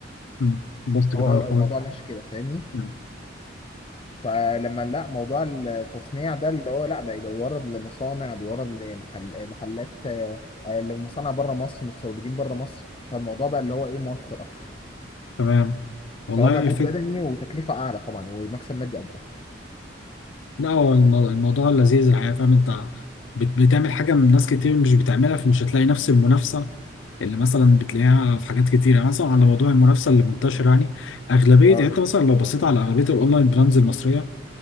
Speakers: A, on the left (about 85°); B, on the left (about 30°).
A: مم. بص كده
B: هو
A: على الحوار
B: الموضوع ماشي كده فاهمني
A: مم.
B: فلما لا موضوع التصنيع ده اللي هو لا بقى بيورد لمصانع بيورد لمحل محلات آه، آه، لمصانع بره مصر مستوردين بره مصر فالموضوع بقى اللي هو ايه موفر اكتر
A: تمام والله
B: سواء مجهود
A: فكرة
B: بدني وتكلفه اعلى طبعا ومكسب مادي اكبر
A: لا هو المو- الموضوع لذيذ الحقيقة فاهم انت بت- بتعمل حاجة من ناس كتير مش بتعملها فمش هتلاقي نفس المنافسة اللي مثلا بتلاقيها في حاجات كتيرة يعني مثلا على موضوع المنافسة اللي منتشر يعني أغلبية
B: اه
A: يعني انت مثلا لو بصيت على أغلبية الأونلاين براندز المصرية